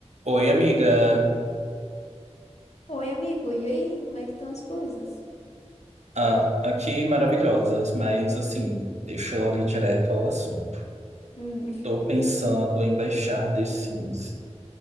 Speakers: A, on the right; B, on the left.
A: Oi, amiga.
B: Oi, amigo, e aí? Como é que estão as coisas?
A: Ah, aqui maravilhosas, mas assim, deixa eu logo ir direto ao assunto.
B: Hum.
A: Tô pensando em baixar The Sims.